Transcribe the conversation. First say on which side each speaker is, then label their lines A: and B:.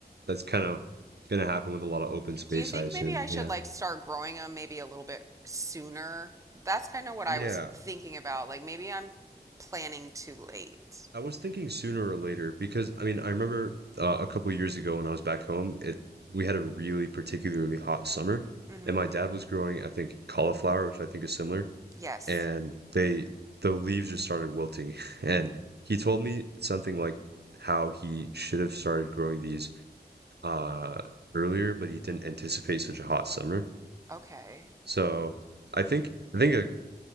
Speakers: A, on the right (about 70°); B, on the right (about 20°).
A: that's kind of gonna happen with a lot of open space,
B: Do you think
A: I assume.
B: maybe I should
A: Yeah.
B: like start growing them maybe a little bit sooner? That's kind of what I
A: Yeah.
B: was thinking about. Like maybe I'm planning too late.
A: I was thinking sooner or later because I mean I remember uh, a couple years ago when I was back home, it we had a really particularly hot summer
B: Mm-hmm.
A: and my dad was growing I think cauliflower, which I think is similar,
B: Yes.
A: and they the leaves just started wilting <laughs> and he told me something like how he should have started growing these uh, earlier, but he didn't anticipate such a hot summer.
B: Okay.
A: So I think I think a,